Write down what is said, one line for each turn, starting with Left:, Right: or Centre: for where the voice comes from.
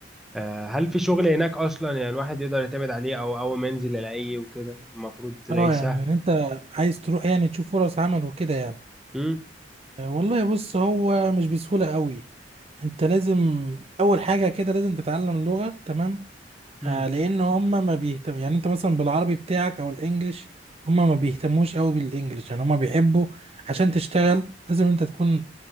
Centre: آه، هل في شغل هناك اصلا يعني الواحد يقدر يعتمد عليه او اول ما ينزل يلاقيه وكده المفروض تلاقيه
Right: اه
Centre: سهل
Right: يعني إن انت عايز تروح يعني تشوف فرص عمل وكده يعني
Centre: امم
Right: آه، والله بص هو مش بسهولة قوي انت لازم اول حاجة كده لازم تتعلم اللغة تمام
Centre: امم
Right: آه لان هم ما بيهتم يعني انت مثلا بالعربي بتاعك او الانجليش هم ما بيهتموش قوي بالانجليش يعني هم بيحبوا عشان تشتغل لازم انت تكون